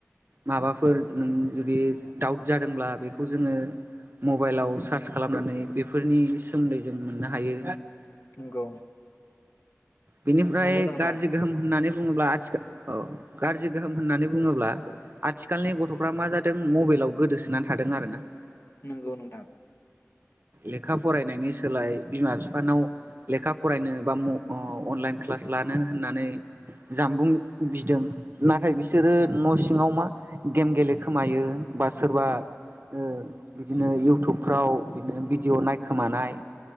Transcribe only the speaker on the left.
नंगौ
नंगौ नोंथां
नंगौ नोंथां